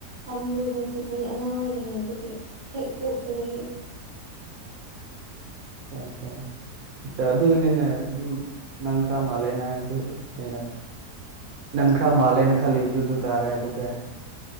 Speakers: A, on the right; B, on the right.
A: ꯌꯥꯝ ꯂꯨꯅ ꯇꯤꯟꯅꯩ ꯑꯉꯥꯡ ꯑꯣꯏꯔꯤꯉꯩꯗꯒꯤ ꯍꯦꯛ ꯄꯣꯛꯄꯗꯒꯤ <unintelligible>
B: ꯑꯆꯥ ꯑꯆꯥ ꯑꯆꯥ ꯑꯗꯨꯒꯤꯅꯤꯅꯦ ꯑꯗꯨꯝ ꯅꯪ ꯈꯔ ꯃꯥꯜꯂꯦꯅ ꯍꯥꯏꯕꯗꯨ ꯑꯩꯅ ꯅꯪ ꯈꯔ ꯃꯥꯜꯂꯦꯅ ꯈꯜꯂꯤꯕꯗꯨꯗꯨ ꯇꯥꯔꯦ ꯑꯗꯨꯗꯤ